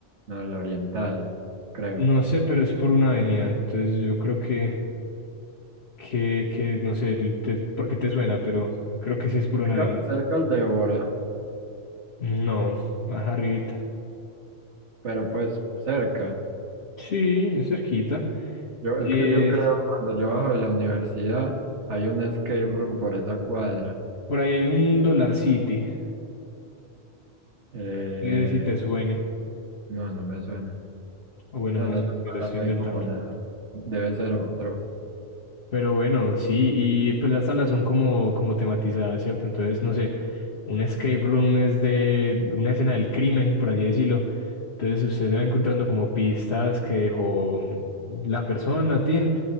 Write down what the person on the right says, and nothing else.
No, la oriental, creo.
Cerca,
cerca al de Bora,
pero pues cerca.
Yo, es
que yo creo cuando yo bajo de la universidad hay un escape room por esa cuadra.
Eh,
no, no me suena.
No,
en
esa
cuadra
no hay
como nada. Debe ser otro.